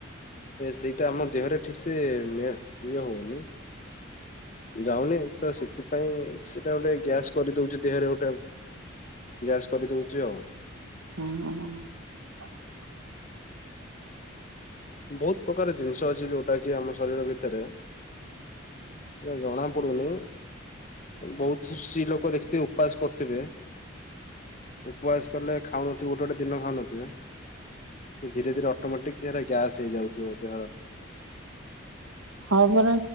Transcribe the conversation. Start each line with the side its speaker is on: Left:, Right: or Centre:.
Left: ସେଇଟା ଆମ ଦେହରେ ଠିକ ସେ ଇଏ ହଉନି। ଯାଉନି ତ ସେଥିପାଇଁ ସେଟା ଗୋଟେ ଗ୍ୟାସ୍ କରିଦଉଛି ଦେହେରେ ଗୋଟେ ଗ୍ୟାସ୍ କରିଦଉଛି ଆଉ।
Right: ହଁ
Left: ବହୁତ ପ୍ରକାର ଜିନିଷ ଅଛି ଯୋଉଟା କି ଆମ ଶରୀର ଭିତରେ ଜଣା ପଡୁନି ବହୁତ ସି ଲୋକ ଦେଖଥିବେ ଉପବାସ କରୁଥିବେ ଉପବାସ କଲେ ଖାଉନଥିବେ ଗୋଟେ ଗୋଟେ ଦିନ ଖାଉନଥିବେ ଧୀରେ ଧୀରେ ଅଟୋମେଟିକ ହେରା। ଗ୍ୟାସ ହେଇ ଯାଉଥିବ।
Right: ହଁ ପରା